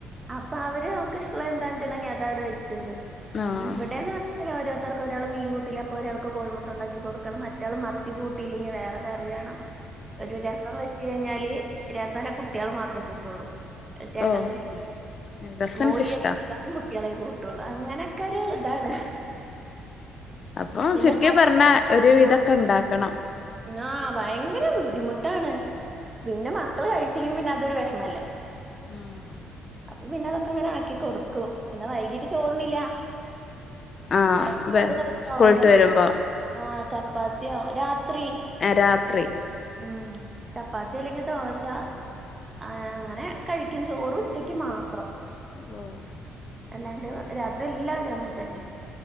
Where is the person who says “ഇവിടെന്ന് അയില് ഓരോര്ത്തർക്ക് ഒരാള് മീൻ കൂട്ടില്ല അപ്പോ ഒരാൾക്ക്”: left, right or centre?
Right